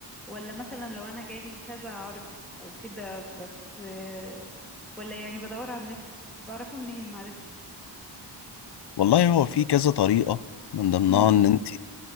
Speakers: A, in the centre; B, on the left.
A: ولا مثلا لو انا جالي كذا عرض او كده بس آه، ولا يعني بدور على النت بعرفه منين معلش
B: والله هو في كذا طريقة من ضمنها
A: امم
B: ان انت